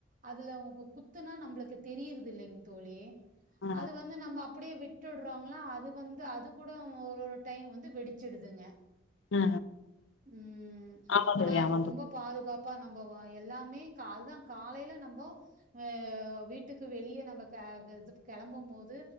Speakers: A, on the right; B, on the left.
A: அதுல உங்க குத்துன்னா நம்பளுக்கு தெரியர்தில்லைங் தோழி
B: ஆ
A: அது வந்து நம்ப அப்டியே விட்டுட்றோ இல்னா அது வந்து அது கூட ஒரு ஒரு டைம் வந்து வெடிச்சிடுதுங்க
B: ஆ
A: ம்
B: ஆமா
A: ஆனா
B: தோழி
A: அது
B: ஆமா
A: ரொம்ப
B: தோழி
A: பாதுகாப்பா நம்ப எல்லாமே அதுதா காலையில நம்ப அ வீட்டுக்கு வெளியே நம்ப அ இது கெளம்பும் போது